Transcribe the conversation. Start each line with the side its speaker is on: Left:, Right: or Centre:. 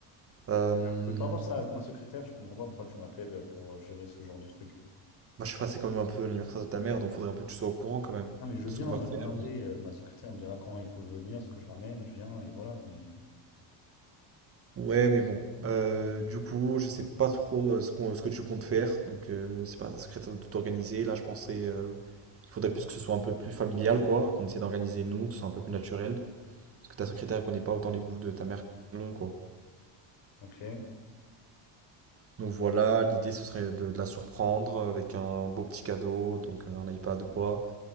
Right: Euh,
Left: euh, Vous pouvez pas voir ça avec ma secrétaire, je comprends pas pourquoi tu m'appelles euh, pour gérer ce genre de truc.
Right: bah, je sais pas, c'est quand même un peu l'anniversaire de ta mère, donc faudrait un peu que tu sois au courant quand même
Left: Non, mais je
Right: de
Left: viens,
Right: ce qu'on va
Left: euh, je
Right: faire.
Left: viendrai. euh, Ma secrétaire me dira quand il faut venir, ce que je ramène, je viens et voilà. Mais
Right: Ouais, mais bon. Euh, du coup, je sais pas trop euh, ce qu'on, ce que tu comptes faire, donc euh, c'est pas secrétaire de tout organiser. Là, je pensais, euh, il faudrait plus que ce soit un peu plus familial, quoi, qu'on essaie d'organiser nous, que ce soit un peu plus naturel, parce que ta secrétaire connaît pas autant les goûts de ta mère, que nous, quoi.
Left: ok.
Right: Donc voilà, l'idée ce serait de, de la surprendre avec un beau petit cadeau, donc euh, un iPad ou quoi.